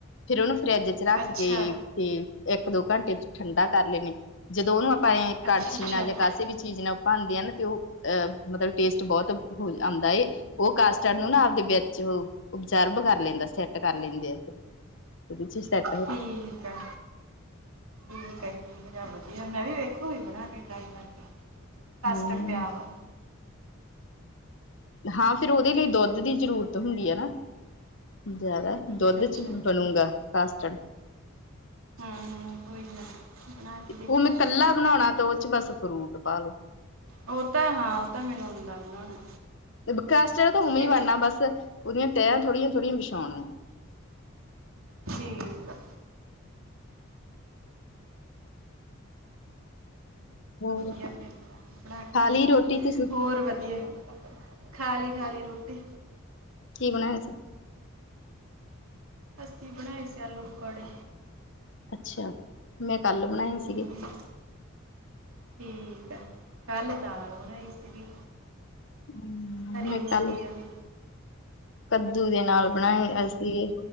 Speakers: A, on the left; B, on the right.
A: ਫੇਰ ਉਹਨੂੰ, ਫਰਿੱਜ ਚ ਰੱਖ
B: ਅੱਛਾ
A: ਕੇ ਤੇ, ਇੱਕ ਦੋ ਘੰਟੇ ਚ ਠੰਡਾ ਕਰ ਲੈਣੇ ਆ। ਜਦੋ, ਉਹਨੂੰ ਆਪਾਂ ਐ ਕੜਛੀ
B: ਅੱਛਾ ਅੱਛਾ
A: ਨਾਲ ਜਾਂ ਕਾਸੇ ਵਿੱਚ ਚੀਜ਼ ਨਾਲ ਭਾਂਂਦੀਆ ਨੇ, ਤੇ ਉਹ ਅਹ ਮਤਲਬ ਟੇਸਟ ਬਹੁਤ ਆਉਂਦਾ। ਏ ਉਹ ਕਾਸਟਡ ਨੂੰ ਨਾ, ਆਪਦੇ ਵਿੱਚ ਓਬਜਰਬ ਕਰ ਲੈਂਦਾ, ਸੈੱਟ ਕਰ ਲੈਂਦੇ ਆ ਫ ਦੂਜੀ ਸਾਇਡ,
B: ਠੀਕ ਆ ਠੀਕ ਹੈ, ਠੀਕ ਹੈ ਵਧੀਆ ਮੈਂ ਵੀ, ਵੇਖੋਗੀ ਬਣਾ ਕੇ ਟਰਾਈ ਕਰਕੇ ਕਾਸਟਡ
A: ਹਮ
B: ਪਿਆ ਵਾ,
A: ਹਾਂ ਫਿਰ, ਉਹਦੇ ਲਈ ਦੁੱਧ ਦੀ ਜ਼ਰੂਰਤ ਹੁੰਦੀ ਹੈ, ਨਾ ਜ਼ਿਆਦਾ?
B: ਅੱਛਾ
A: ਦੁੱਧ
B: ਅੱਛਾ
A: ਚ, ਬਣੂਗਾ ਕਾਸਟਡ?
B: ਹਮ -ਹਮ ਕੋਈ ਨਾ, ਬਣਾ ਕੇ ਦੇਖਾਂਗੇ।
A: ਉਹ ਮੈਂ ਕੱਲਾ ਬਣਾਉਣਾ ਤੇ ਉਹ ਚ, ਬਸ ਫਰੂਟ ਪਾ ਲੋੋ
B: ਉਹ ਤਾਂ ਹੈ ਉਹ ਤਾਂ ਮੈਨੂੰ, ਆਉਂਦਾ ਬਣਾਉਣਾ।
A: ਤੇ ਬਕਸਟਾ ਤਾਂ ਹੁਣੀ
B: ਠੀਕ
A: ਬਣਨਾ,
B: ਆ
A: ਬਸ ਉਹਦੀਆਂ ਤਹਿਆਂ ਥੋੜੀਆਂ -ਥੋੜੀਆਂ ਵਿਛਾਉਣੀਆਂ।
B: ਠੀਕ ਆ।
A: ਹੋਰ
B: ਜਾ, ਫਿਰ ਤਾਂ ਬਣਾ ਕੇ
A: ਖਾ
B: ਦੇਖਾ
A: ਲਈ ਰੋਟੀ
B: ਮੈ,
A: ਤੁਸੀਂ
B: ਹੋਰ ਵਧੀਆ। ਖਾ ਲਈ, ਖਾ ਲਈ, ਰੋਟੀ।
A: ਕਿ ਬਣਾਇਆ ਸੀ।
B: ਅਸੀਂ ਬਣਾਏ ਸੀ, ਆਲੂ ਪਕੌੜੇ।
A: ਅੱਛਾ, ਮੈਂ ਕੱਲ ਬਣਾਏ
B: ਹੂੰ
A: ਸੀਗੇ।
B: ਠੀਕ ਆ, ਕੱਲ ਦਾਲ ਬਣਾਈ ਸੀਗੀ।
A: ਹਮ
B: ਹਰੀ
A: ਮੈਂ
B: ਮੂੰਗੀ
A: ਕੱਲ,
B: ਵਾਲੀ।
A: ਕੱਦੂ ਦੇ ਨਾਲ, ਬਣਾਏ ਅਸੀਂ